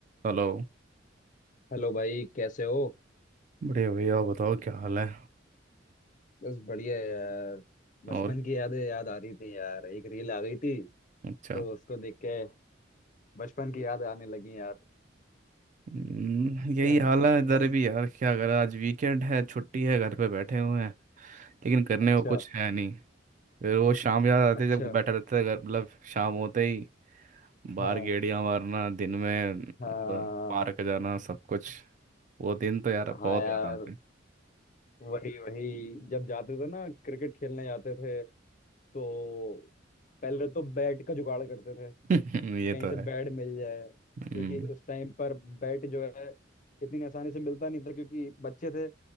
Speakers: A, on the right (about 40°); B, on the left (about 40°).
A: हेलो
B: Hello भाई कैसे हो
A: बढ़िया भैया आप बताओ क्या हाल है
B: बस बढ़िया है यार बचपन
A: और
B: की यादें याद आ रही थी यार एक रील आ गई थी
A: अच्छा
B: तो उसको देख के बचपन की याद आने लगी यार
A: हम्म, यही
B: क्या
A: हाल
B: बताऊं
A: है
B: बस
A: इधर भी यार क्या करें आज वीकेंड है छुट्टी है घर पे बैठे हुए हैं लेकिन करने
B: अच्छा
A: को कुछ है नहीं फिर वो शाम याद आती
B: अच्छा
A: है जब बैठा रहता है घर मतलब शाम होते ही बाहर
B: हाँ
A: गेड़ियां मारना दिन में
B: हाँ
A: ब- पार्क जाना सब कुछ वो दिन तो यार
B: हाँ
A: बहुत
B: यार
A: याद आते
B: वही वही जब जाते थे ना क्रिकेट खेलने जाते थे तो पहले तो बैट का जुगाड़ करते थे
A: हैं
B: कि
A: <laughs> ये
B: कहीं
A: तो
B: से बेड
A: है
B: मिल जाए
A: हम्म
B: क्योंकि उस टाइम पर बेड जो है इतनी आसानी से मिलता नहीं था क्योंकि बच्चे थे